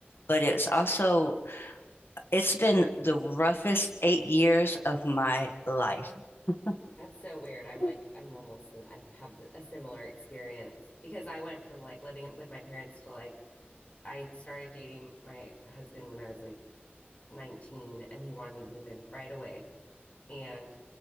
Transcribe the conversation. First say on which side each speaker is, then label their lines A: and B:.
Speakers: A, on the left; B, on the left.
A: But it's also it's been the roughest eight years of my life. <laughs>
B: That's so weird. I'm like, I'm almost, I have a similar experience because I went from like living with my parents to like I started dating my husband when I was like 19 and he wanted me to move in right away. And